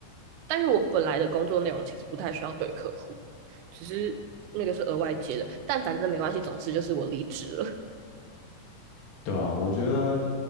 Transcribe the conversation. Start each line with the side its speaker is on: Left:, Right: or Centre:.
Right: 但是我本来的工作内容其实不太需要对客户，只是那个是额外接的，但反正没关系，总之就是我离职了。
Left: 对啊，我觉得，